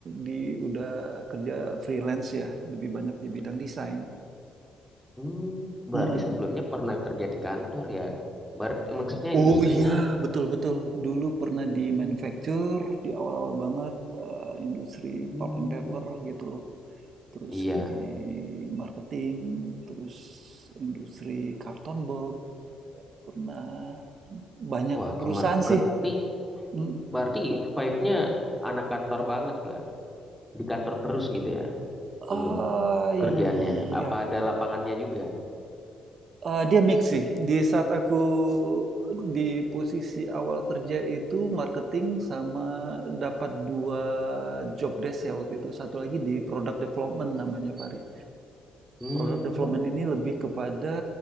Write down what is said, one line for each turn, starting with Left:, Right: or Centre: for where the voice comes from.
Right: di udah kerja freelance ya, lebih banyak di bidang desain.
Centre: Hmm,
Right: Hmm.
Centre: berarti sebelumnya pernah kerja di kantor ya? Berarti maksudnya industrinya,
Right: Oh iya, betul-betul. Dulu pernah
Centre: hmm,
Right: di manufacture, di awal-awal banget, eh, industri
Centre: hmm,
Right: pulp and paper gitu loh. Terus
Centre: iya.
Right: di marketing, terus industri karton box, pernah banyak
Centre: Wah,
Right: perusahaan
Centre: ke marketing
Right: sih. Mm.
Centre: berarti vibe-nya anak kantor banget lah. Di kantor terus gitu ya dulu
Right: Ah iya,
Centre: kerjaannya. Apa ada lapangannya juga?
Right: Eee, dia mix sih. Di saat aku di posisi awal kerja itu marketing sama dapat 2 job desk ya waktu itu. Satu lagi di product development namanya, Fahri.
Centre: Hmm,
Right: Product development ini lebih kepada